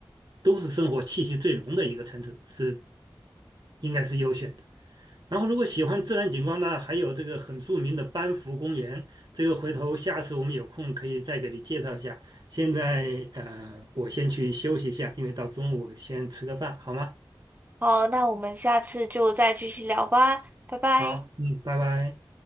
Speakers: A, on the right (about 55°); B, on the right (about 20°).
A: 都是生活气息最浓的一个城市，是应该是优选的。然后，如果喜欢自然景观呢，还有这个很著名的班夫公园，这个回头下次我们有空可以再给你介绍一下。现在呃，我先去休息一下，因为到中午先吃个饭，好吗？
B: 好，那我们下次就再继续聊吧，拜拜。
A: 好，嗯，拜拜。